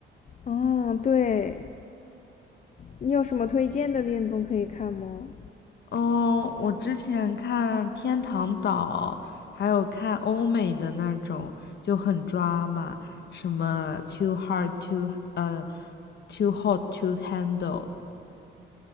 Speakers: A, on the left; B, on the left.
A: 哦，对，你有什么推荐的恋综可以看吗？
B: 嗯，我之前看《天堂岛》，还有看欧美的那种，就很抓马，什么 too hard to 呃 too hot to handle，